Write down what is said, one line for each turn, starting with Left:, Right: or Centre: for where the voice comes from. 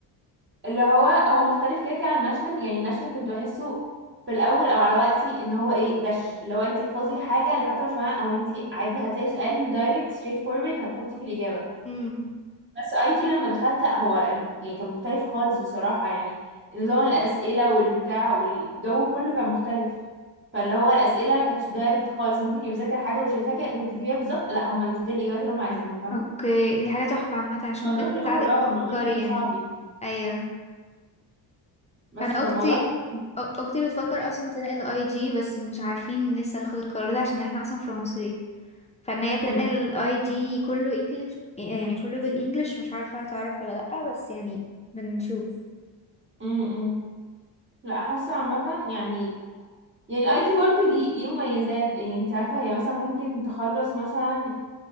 Right: اللي هو هو مختلف كده كده عن الناشونال يعني الناشونال
Left: مم.
Right: كنت بحسه في الاول او على وقتي ان هو ايه دش اللي هو انت احفظي حاجة لو حتى مش فاهمة او انت عادي هتلاقي سؤال دايركت ستريت فورورد هتحطي فيه الاجابة
Left: مم.
Right: بس اي دي لما دخلت لا هو ال- يعني كان مختلف خالص بصراحة يعني نظام الأسئلة والبتاع والجو كله كان مختلف فاللي هو الأسئلة كانتش دايركت خالص ممكن تبقي مذاكرة حاجة وشايفاها كده وتكتبيها بالظبط لا هم مش دي الإجابات اللي هم عايزينها فاهمة
Left: اوكي دي حاجة تحفة عامة عشان
Right: الموضوع
Left: بتساعدك
Right: في الأول اه
Left: تفكري
Right: الموضوع كان
Left: يعني
Right: صعب يعني.
Left: ايوه
Right: بس
Left: انا
Right: فالموضوع
Left: اختي
Right: كان
Left: أ- اختي بتفكر اصلا تنقل اي جي بس مش عارفين لسه ناخد القرار ده عشان احنا اصلا فرنسي فان هي تنقل
Right: امم
Left: اي جي كله انجلش يعني كله بالانجلش مش عارفة هتعرف ولا لأ بس يعني بنشوف
Right: امم امم. لا حاسه عامه يعني يعني الاي جي برضه ليه ليه مميزات يعني انت عارفه هي مثلا ممكن تخلص مثلا